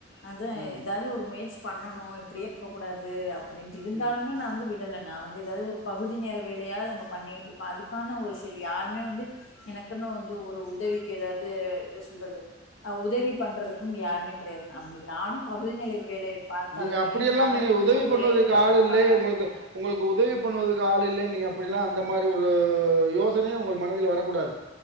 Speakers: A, on the left; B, on the right.
A: அது
B: ம்,
A: எதாவ்து ஒரு முயற்சி பண்ணணு இப்டியே இருக்கக் கூடாது அப்படின்ட்டு இருந்தாலுமே
B: ம்.
A: நா வந்து விடல நா வந்து எதாவ்து ஒரு பகுதி நேர வேலயாவ்து நம்ப பண்ணிட்ருக்கோ அதுக்கான ஒரு செல் யாருமே வந்து எனக்குன்னு வந்து ஒரு உதவிக்கு எதாது என்ன சொல்றது அ உதவி பண்றதுக்கு இங்க யாருமே கெடயாது அப் நானு பகுதி நிலை வேலை பார்த்தாலுமே
B: நீங்க அப்புடியெல்லாம்
A: என் கணவர்
B: நீங்க
A: வந்து
B: உதவி
A: ஒத்துழைக்க
B: பண்ணுவதற்கு ஆளு
A: மாட்றாங்க.
B: இல்லே உங்களுக்கு உங்களுக்கு உதவி பண்ணுவதுக்கு ஆள் இல்லே நீங்க அப்புடினா அந்த மாரி ஒரு யோசனயே உங்கள் மனதில் வரக்கூடாது